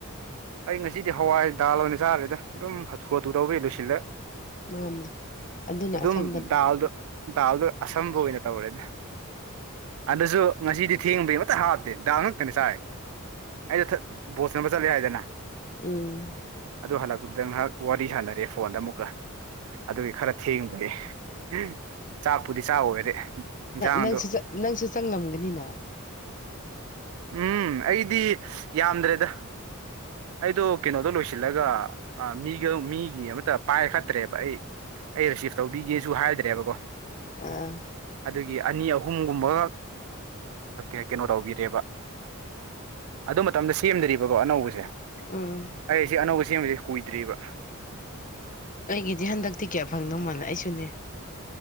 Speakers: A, on the right (about 70°); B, on the left (about 40°).
A: ꯑꯩ ꯉꯁꯤꯗꯤ ꯍꯋꯥꯏ ꯗꯥꯜ ꯑꯣꯏꯅ ꯆꯥꯔꯦꯗ ꯑꯗꯨꯝ ꯍꯥꯊꯨ ꯍꯥꯊꯨ ꯇꯧꯕ ꯌꯥ ꯂꯨꯁꯤꯜꯂꯦ
B: ꯃꯥꯅꯦ ꯑꯗꯨꯅ
A: ꯑꯗꯨꯝ
B: ꯑꯁꯝꯕꯅꯦ
A: ꯗꯥꯎꯗꯣ ꯇꯗꯣ ꯑꯁꯝꯕ ꯑꯣꯏꯅ ꯇꯧꯔꯦꯗ ꯑꯗꯨꯁꯨ ꯉꯁꯤꯗꯤ ꯊꯦꯡꯕꯩ ꯑꯃꯠꯇ ꯍꯥꯞꯇꯦ ꯗꯥꯡ ꯉꯛꯇꯅꯤ ꯁꯥꯏ ꯑꯩꯁꯨ ꯕꯣꯠꯁꯅꯕ ꯆꯠꯂꯦ ꯍꯥꯏꯗꯅ
B: ꯎꯝ
A: ꯑꯗꯨ ꯍꯜꯂꯛꯄꯗꯨꯗ ꯉꯥꯏꯍꯥꯛ ꯋꯥꯔꯤ ꯁꯥꯟꯅꯔꯑꯦ ꯐꯣꯟꯗ ꯑꯃꯨꯛꯀ ꯑꯗꯨꯒꯤ ꯈꯔ ꯊꯦꯡꯕꯒꯤ ꯎ ꯆꯥꯛꯄꯨꯗꯤ ꯆꯥꯛ ꯑꯣꯏꯔꯦ ꯏꯟꯁꯥꯡꯗꯣ
B: ꯅꯪꯁꯨ ꯅꯪꯁꯨ ꯆꯪꯂꯝꯒꯅꯤꯅ
A: ꯎꯝ ꯑꯩꯗꯤ ꯌꯥꯝꯗ꯭ꯔꯦꯗ ꯑꯩꯗꯣ ꯀꯩꯅꯣꯗꯣ ꯂꯣꯏꯁꯤꯜꯂꯒ ꯃꯤꯒ ꯃꯤꯒꯤ ꯑꯃꯇ ꯄꯥꯏꯈꯠꯇ꯭ꯔꯦꯕ ꯑꯩ ꯑꯩ ꯔꯤꯁꯤꯞ ꯇꯧꯕꯤꯒꯦꯁꯨ ꯍꯥꯏꯗ꯭ꯔꯦꯕꯀꯣ
B: ꯑꯥ
A: ꯑꯗꯨꯒꯤ ꯑꯅꯤ ꯑꯍꯨꯝꯒꯨꯝꯕ ꯀꯩꯅꯣ ꯇꯧꯕꯤꯔꯦꯕ ꯑꯗꯨ ꯃꯇꯝꯗ ꯁꯦꯝꯗ꯭ꯔꯤꯕꯀꯣ ꯑꯅꯧꯕꯁꯦ
B: ꯎꯝ
A: ꯑꯩ ꯑꯩꯁꯤꯦ ꯑꯅꯧꯕ ꯆꯦꯡꯕꯕꯁꯤ ꯀꯨꯏꯗ꯭ꯔꯤꯕ
B: ꯑꯩꯒꯤꯗꯤ ꯍꯟꯗꯛꯇꯤ ꯀꯌꯥ ꯐꯪꯗꯧ ꯃꯥꯜꯂꯦ ꯑꯩꯁꯨꯅꯦ